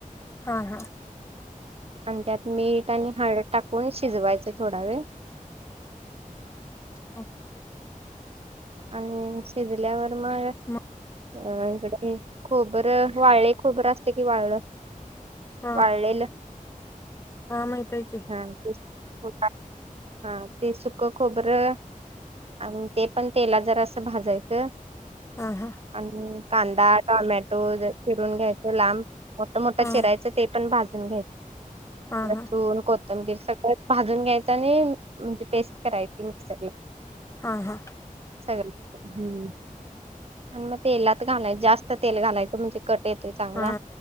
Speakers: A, on the left (about 20°); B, on the right (about 45°).
A: हा हा.
B: आणि त्यात मीठ आणि हळद टाकून शिजवायचे थोडा वेळ.
A: <unintelligible>
B: आणि शिजल्यावर मग
A: म
B: अ इकडे खोबरं वाळले खोबर असते की वाळ
A: हा
B: वाळलेलं
A: हा माहित आहे ची.
B: हा ते <unintelligible> हा ते सुख खोबरं आणि ते पण तेलात जरासं भाजायचं
A: हा हा
B: आणि कांदा, टोमॅटो ज चिरून घ्यायचे लांब मोठ मोठं
A: हा
B: चिरायचं ते पण भाजून घ्यायच
A: हा
B: लसूण
A: हा
B: कोथंबीर सगळं भाजून घ्यायचं आणि म्हणजे पेस्ट करायची मिक्सर ला.
A: हा हा.
B: सगळं हम्म. आणि म तेलात घालाय जास्त तेल घालायच म्हणजे कट येतोय चांगला.
A: हा